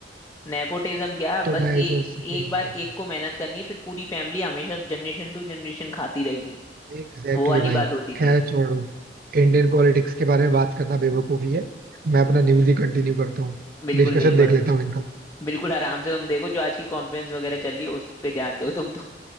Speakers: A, on the left; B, on the right.
A: नेपोटिज्म क्या
B: तो
A: बस
B: मैं इसे
A: एक
B: support
A: एक
B: नहीं
A: बार
B: करता
A: एक को मेहनत करनी है फिर पूरी फैमिली हमेशा जनरेशन टू जनरेशन खाती रहेगी
B: एग्जैक्टली
A: वो वाली
B: exactly भाई
A: बात होती थी
B: खैर छोड़ो इंडियन पॉलिटिक्स के बारे में बात करना बेवकूफी है मैं अपना न्यूज ही कंटिन्यू करता हूँ
A: बिल्कुल
B: डिस्कशन
A: बिल्कुल
B: देख लेता हूँ इनका
A: बिल्कुल आराम से तुम देखो जो आज की कॉन्फ्रेंस वगैरह चल रही है उस पे ध्यान दो तुम तो